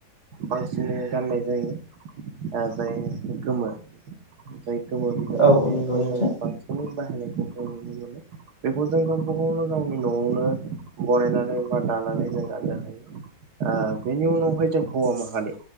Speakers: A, on the right; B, on the left.
A: बांसिनै गाननाय जायो ओ जाय गोमो जाय गोमो बिदन
B: औ
A: दखनाखौ
B: औ नंगौ नोंथां
A: जोङो बांसिनै होनायखौ जों नुनो मोनो बेखौ जों गावबा गावनो गावनि न'आवनो बनायनानै बा दानानै जों गाननो हायो ओ बेनि उनावहाय जों हौवा माहारि